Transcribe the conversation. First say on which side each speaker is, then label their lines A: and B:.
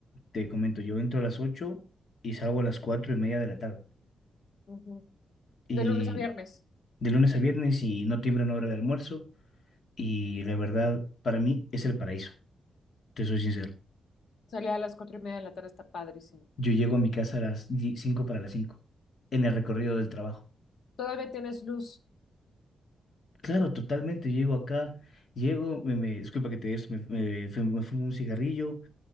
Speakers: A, on the left; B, on the left.
A: te comento, yo entro a las 8 y salgo a las cuatro y media de la tarde.
B: ujú.
A: Y
B: De lunes a viernes.
A: de lunes a viernes y no tiemblan hora de almuerzo. Y la verdad, para mí es el paraíso, te soy sincero.
B: Salir a las cuatro y media de la tarde está padrísimo.
A: Yo llego a mi casa a las die- 5 para las 5 en el recorrido del trabajo.
B: Todavía tienes luz.
A: Claro, totalmente, llego acá, llego, me, me- disculpa que te des, me, me, fu- me fumo un cigarrillo